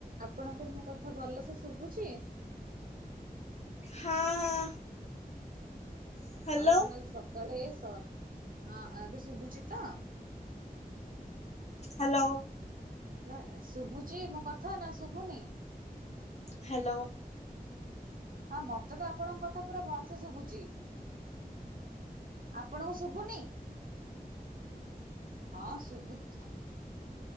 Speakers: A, on the right; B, on the left.
A: ଆପଣଙ୍କୁ ମୋ କଥା ଭଲସେ ଶୁଭୁଛି?
B: ହଁ ହଁ। ହ୍ୟାଲୋ
A: ଆଉ ଆପଣ ଆଜି ସକାଳେ ସ ହଁ ଏବେ ଶୁଭୁଛି ତ?
B: ହାଲୋ।
A: ନା ଶୁଭୁଚି ମୋ କଥା ନା ଶୁଭୁନି?
B: ହାଲୋ।
A: ହଁ ମତେ ତ ଆପଣଙ୍କ କଥା ପୁରା ଭଲ ସେ ଶୁଭୁଚି। ଆପଣଙ୍କୁ ଶୁଭୁନି? ହଁ ସୁବୁଧି?